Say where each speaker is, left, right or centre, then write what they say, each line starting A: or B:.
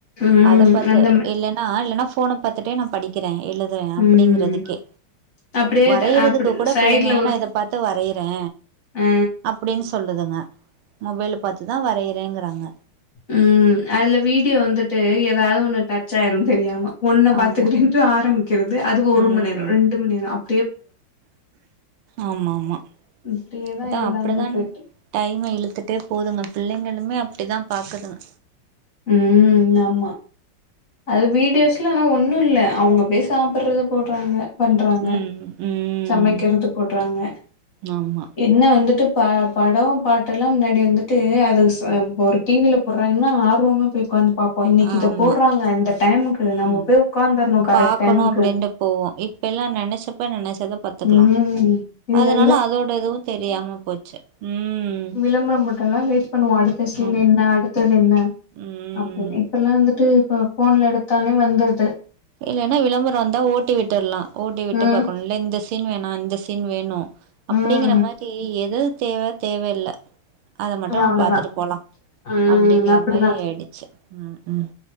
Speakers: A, on the left; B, on the right.
A: ம்.
B: அத பாத்து
A: அந்த மா
B: இல்லன்னா இல்லன்னா ஃபோன பாத்துட்டே நா படிக்கிறே எழுதுறே அப்டிங்கிறதுக்கே
A: ம். அப்படியே
B: வரையறதுக்கு
A: த அப்படி
B: கூட
A: சைடுல
B: பிள்ளைங்க
A: ஒரு
B: நா இத பாத்து வரையிறே
A: அ
B: அப்டின்னு சொல்லுதுங்க மொபைல பாத்து தா வரையிறேங்கிறாங்க
A: ம் அதுல வீடியோ வந்துட்டு ஏதாவது ஒண்ணு டச் ஆயிரு தெரியாம ஒன்னு பாத்துக்கிறே
B: ஆமா
A: ட்டு ஆரம்பிக்கிறது அதுவு ஒரு
B: ம்
A: மண் நேர ரெண்டு மணி நேர அப்
B: ஆமா ஆமா
A: இப்டியே தா
B: அதா
A: எல்லாமே
B: அப்டிதா
A: போய்ட்டு
B: டைம இழுத்துட்டே போதுங்க பிள்ளைங்களுமே அப்டிதா பாக்குதுங்க
A: ம் ஆமா அது வீடியோஸ்ல ஆனா ஒண்ணு இல்ல அவுங்க போய் சாப்பிடுறத போடுறாங்க பண்றாங்க
B: ம் ம்
A: சமைக்கிறத போடுறாங்க
B: ஆமா
A: என்ன வந்துட்டு ப படம் பாட்டு எல்லா முன்னாடி வந்துட்டு அது ஸ் ஒரு டிவில போடுறாங்கனா போமோபிப் உக்காந்து பாப்போ இன்னக்கு
B: ஆமா
A: இத போடுறாங்க இந்த டைமுக்கு
B: ம்
A: நம்ம போய் உக்காந்தர்ணு கரெக்ட்
B: பாக்கணு
A: டைமுக்கு
B: அப்டின்ட்டு போவோ இப்ப எல்லா நெனச்சப்ப நெனச்சத பத்துக்கலா
A: ம் இதுல
B: அதனால அதோட இதுவு தெரியாம போச்சு ம்
A: விளம்பர போட்டாலா வெயிட் பண்ணுவோ அடுத்த சீன்
B: ஆமா
A: என்ன அடுத்தது என்ன
B: ம்
A: அப்போ இப்ப எல்லா வந்துட்டு இப்ப ஃபோன்ல எடுத்தானே வந்துடுது
B: இல்லன்னா விளம்பரம் வந்தா ஓட்டி விட்டுடலா ஓட்டி விட்டு
A: ம்
B: பாக்கணு இல்ல இந்த சீன் வேணா இந்த சீன் வேணு அப்டிங்கற
A: ம்
B: மாரி எது தேவ தேவயில்ல அத மட்டும் நம்ம
A: அவ்ளோதான்
B: பாத்துட்டு போலா
A: ம்
B: அப்டிங்கிற
A: அப்டிதா
B: மாரி ஆயிடுச்சு ம் ம்